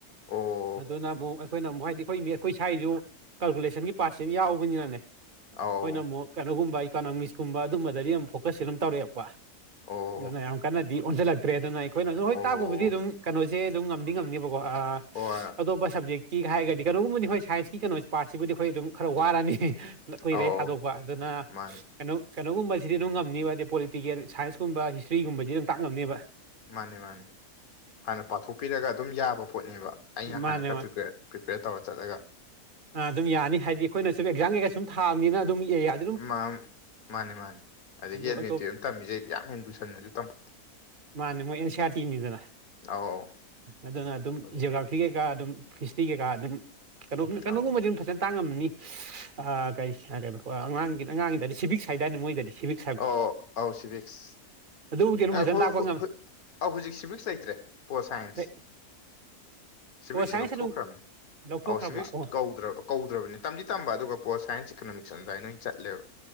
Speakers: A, on the left; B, on the right.
A: ꯑꯣ
B: ꯑꯗꯨꯅ ꯑꯃꯨꯛ ꯑꯩꯈꯣꯏꯅ ꯑꯃꯨꯛ ꯍꯥꯏꯗꯤ ꯑꯩꯈꯣꯏ ꯃꯦ ꯑꯩꯈꯣꯏ ꯁꯋꯥꯏꯖꯨ ꯀꯥꯜꯀꯨꯂꯦꯁꯟꯒꯤ ꯄꯥꯔꯠꯁꯦ ꯑꯝ ꯌꯥꯎꯕꯅꯤꯅꯅꯦ ꯑꯩꯈꯣꯏꯅ
A: ꯑꯧ
B: ꯑꯃꯨꯛ ꯀꯩꯅꯣꯒꯨꯝꯕ ꯏꯀꯣꯅꯣꯃꯤꯛꯁꯀꯨꯝꯕ ꯑꯗꯨꯝꯕꯗꯗꯤ ꯌꯥꯝ ꯐꯣꯀꯁꯁꯦ ꯑꯗꯨꯝ ꯇꯧꯔꯛꯄ
A: ꯑꯣ
B: ꯑꯗꯨꯅ ꯌꯥꯝ ꯗꯤ ꯑꯣꯟꯖꯤꯜꯂꯛꯇ꯭ꯔꯦ ꯑꯗꯨꯅ ꯑꯩꯈꯣꯏꯅꯖꯨ ꯍꯣꯏ
A: ꯑꯣ
B: ꯇꯥꯛꯄꯕꯨꯗꯤ ꯑꯗꯨꯝ ꯀꯩꯅꯣꯁꯦ ꯑꯗꯨꯝ ꯉꯝꯗꯤ ꯉꯝꯅꯤꯕꯀꯣ ꯑꯥ
A: ꯍꯣꯢ
B: ꯑꯇꯣꯞꯄ ꯁꯕꯖꯦꯛꯀꯤ ꯍꯥꯏꯔꯒꯗꯤ ꯀꯩꯅꯣꯒꯨꯝꯕꯗꯤ ꯍꯣꯏ ꯁꯥꯏꯟꯁꯀꯤ ꯀꯩꯅꯣꯁꯤ ꯄꯥꯔꯠꯁꯤꯕꯨꯗꯤ ꯑꯩꯈꯣꯏ ꯑꯗꯨꯝ ꯈꯔ ꯋꯥꯔꯅꯤ ꯀꯨꯏꯔꯦ
A: ꯑꯧ
B: ꯊꯗꯣꯛꯄ ꯑꯗꯨꯅ
A: ꯃꯥꯅꯤ
B: ꯀꯩꯅꯣ ꯀꯩꯅꯣꯒꯨꯝꯕꯁꯤꯗꯤ ꯑꯗꯨꯝ ꯉꯝꯅꯤꯕ ꯍꯥꯏꯗꯤ ꯄꯣꯂꯤꯇꯤꯀꯦꯜ ꯁꯥꯏꯟꯁꯀꯨꯝꯕ ꯍꯤꯁꯇ꯭ꯔꯤꯒꯨꯝꯕꯁꯤꯗꯤ ꯑꯗꯨꯝ ꯇꯥꯛ ꯉꯝꯅꯦꯕ
A: ꯃꯥꯅꯦ ꯃꯥꯅꯦ ꯍꯥꯟꯅ ꯄꯥꯊꯣꯛꯄꯤꯔꯒ ꯑꯗꯨꯝ ꯌꯥꯕ ꯄꯣꯠꯅꯤꯕ ꯑꯩꯅ
B: ꯃꯥꯅꯦ
A: ꯍꯥꯟꯅ ꯈꯔ
B: ꯃꯥꯅꯦ
A: ꯄ꯭ꯔꯤꯄꯔ ꯄ꯭ꯔꯤꯄꯦꯌꯔ ꯇꯧꯔ ꯆꯠꯂꯒ
B: ꯑꯥ ꯑꯗꯨꯝ ꯌꯥꯅꯤ ꯍꯥꯏꯗꯤ ꯑꯩꯈꯣꯏꯅ ꯁꯨꯝ ꯑꯦꯛꯖꯥꯝ ꯀꯩꯀ ꯁꯨꯝ ꯊꯥꯝꯅꯤꯅ ꯑꯗꯨꯝ ꯑꯦꯌꯥ
A: ꯑꯃꯝ ꯃꯥꯅꯦ ꯃꯥꯅꯦ ꯑꯗꯒꯤ
B: ꯑꯗꯨ
A: ꯏꯂꯚꯦꯟ
B: ꯑꯇꯣꯞ
A: ꯇꯨꯌꯦꯞ ꯇꯝꯃꯤꯁꯦ ꯌꯥꯝ ꯍꯦꯟ ꯂꯨꯁꯟꯅꯖꯨ ꯇꯝ
B: ꯃꯥꯅꯦ ꯃꯣꯏ ꯑꯦꯟ ꯁꯤ ꯑꯥꯔ ꯇꯤꯅꯤꯗꯅ
A: ꯑꯧ
B: ꯑꯗꯨꯅ ꯑꯗꯨꯝ
A: ꯑꯗꯨꯅ
B: ꯖꯤꯑꯣꯒ꯭ꯔꯥꯞ ꯐꯤ ꯀꯩꯀꯥ ꯑꯗꯨꯝ ꯐꯤꯔꯁꯇ꯭ꯔꯤ ꯀꯩꯀꯥ ꯑꯗꯨꯝ ꯀꯩꯅꯣꯒꯤ
A: ꯑꯧ
B: ꯀꯩꯅꯣꯒꯨꯝꯕꯗꯤ ꯑꯗꯨꯝ ꯐꯖꯟ ꯇꯥꯡ ꯉꯝꯃꯅꯤ ꯑꯥ ꯀꯔꯤ <unintelligible> ꯑꯉꯥꯡꯒꯤ ꯑꯉꯥꯡꯒꯤꯗꯗꯤ ꯁꯤꯚꯤꯛꯁ ꯍꯥꯏꯗꯥꯏꯅꯦ ꯃꯣꯏꯗꯗꯤ ꯁꯤꯚꯤꯛ
A: ꯑꯣ ꯑꯥꯎ ꯁꯤꯚꯤꯛꯁ
B: ꯑꯗꯨꯕꯨꯗꯤ ꯑꯗꯨꯝ
A: ꯉꯥꯏꯈꯣ
B: ꯐꯖꯅ ꯇꯥꯛꯄ
A: ꯈꯣ
B: ꯉꯝꯃꯦ
A: ꯈꯣꯏ ꯑꯧ ꯍꯧꯖꯤꯛ ꯁꯤꯚꯤꯛꯁ ꯂꯩꯇ꯭ꯔꯦ ꯄꯣꯜ ꯁꯥꯏꯟꯁ
B: ꯑꯗꯩ
A: ꯁꯤꯚꯤꯛꯁꯦ
B: ꯄꯣꯜ ꯁꯥꯏꯟꯁ
A: ꯂꯧꯊꯣꯛꯈ꯭ꯔꯝꯅꯦ
B: ꯑꯗꯨꯝ ꯂꯧꯊꯣꯛꯈ꯭ꯔꯕ
A: ꯑꯧ ꯁꯤꯚꯤꯛꯁ
B: ꯑꯣ
A: ꯀꯧꯗ꯭ꯔꯕ ꯀꯧꯗ꯭ꯔꯕꯅꯤ ꯇꯝꯗꯤ ꯇꯝꯕ ꯑꯗꯨꯒ ꯄꯣꯜ ꯁꯥꯏꯟꯁ ꯏꯀꯅꯣꯃꯤꯛꯁ ꯑꯗꯨꯗꯥꯏꯟꯅ ꯑꯣꯏ ꯆꯠꯂꯦꯕ